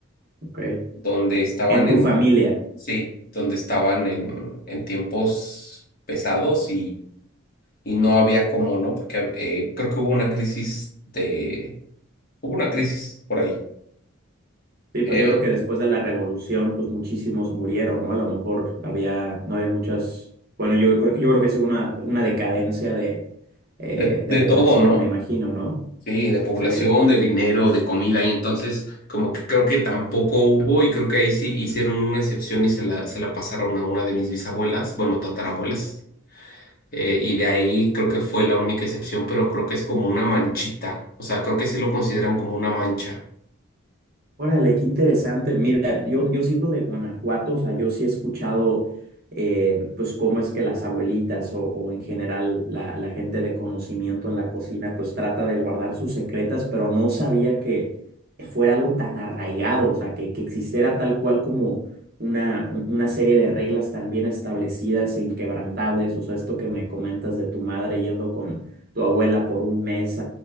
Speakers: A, on the right; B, on the left.
A: Ok.
B: donde estaban
A: En
B: en,
A: tu familia.
B: sí, donde estaban en, en tiempos pesados y no había cómo, ¿no? Porque eh, creo que hubo una crisis de, hubo una crisis por ahí,
A: Sí,
B: eh,
A: pues yo creo que después de la revolución, pues muchísimos murieron, ¿no? A lo mejor había, no había muchas, bueno, yo, creo- yo creo que sí una, una decadencia de, eh,
B: de, de
A: de población,
B: todo, ¿no?
A: me imagino, ¿no?
B: Sí, de población,
A: Sí.
B: de dinero, de comida, y entonces como que creo que tampoco hubo, y creo que ahí sí hicieron una excepción y se la, se la pasaron a una de mis bisabuelas, bueno, tatarabuelas, eh, y de ahí creo que fue la única excepción, pero creo que es como una manchita, o sea, creo que sí lo consideran como una mancha.
A: Órale, qué interesante. Mira, yo, yo siendo de Guanajuato, o sea, yo sí he escuchado, eh, pues, cómo es que las abuelitas o, o en general la, la gente de conocimiento en la cocina, pues, trata de guardar sus secretas, pero no sabía que fuera algo tan arraigado, o sea, que, que existiera tal cual como una, un- una serie de reglas tan bien establecidas e inquebrantables. O sea, esto que me comentas de tu madre yendo con tu abuela por un mes